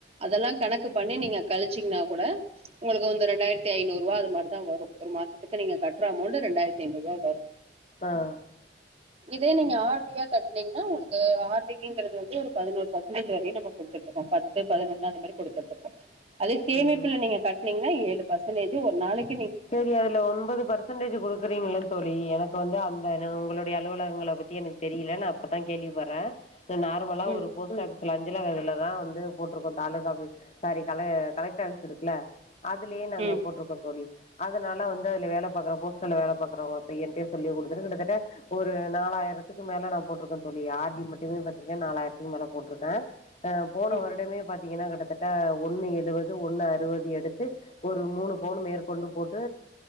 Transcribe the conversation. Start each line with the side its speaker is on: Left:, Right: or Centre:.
Right: அதெல்லா கணக்கு பண் னே நீங்க கழிச்சீங்கன்னா கூட உங்களுக்கு வந்து இரண்டாயிரத்தி ஐநூர்ரூவா அது மாரி தா வரு ஒரு மாசத்துக்கு நீங்க கட்ற அமௌண்ட்டு ரெண்டாயிரத்தி ஐநூர்ருவா வரு
Left: ஆஹ்
Right: இதே நீங்க ஆர் டி யா கட்னீங்ன்னா உங்ளுக்கு ஆர்டிக்கங்றது வந்து ஒரு பதினோரு பர்சன்டேஜ் வரையு நம்ப குடுத்துருக்கோ பத்து பதினொன்னு அந்த மாரி குடுத்துட்ருக்கோ அதே சேமிப்புல
Left: ம்
Right: நீங்க கட்னீங்ன்னா ஏழு பர்சன்டேஜ் து ஒர் நாளைக்
Left: சேரி அதுல ஒன்பது பர்சன்டேஜ் குடுக்குறீங்கள தோழி எனக்கு வந்து அந்த உ உங்களோ டைய அலுவலகங்கள பத்தி எனக்கு தெரியில நா இப்பதா கேள்விப்பட்றே இப்போ நார்மலா
Right: ம்
Left: ஒரு போஸ்ட் ஆஃபீஸ்லன் இதுல இதுலதா வந்து போட்ருக்கோ தாலுகா ஆபிஸ் சாரி காலே கலெக்டர்ஸ் இருக்குல அதுலயே நாங்க
Right: ம்
Left: போட்ருக்கோ தோழி அதுனால வந்து அதுல வேல பாக்கற போஸ்டுல்ல வேல பாக்குறவங்க பையன்ட்டே சொல்லி குடுத்துட்டு கிட்டத்தட்ட ஒரு நாலாயிரத்துக்கு மேல நா போட்டிருக்க தோழி ஆர் டி மட்டுமே பாத்தீங்ன்னா நாலாயிரத்துக்கு மேல போட்ருக்க ப போன
Right: ம்
Left: வருடமே பாத்தீங்கன்னா கிட்ட தட்ட ஒன்னு எழுவ து ஒன்னு அறுவது எடுத்து ஒரு மூணு பவுனு மேற்க் கொண்டு போட்டு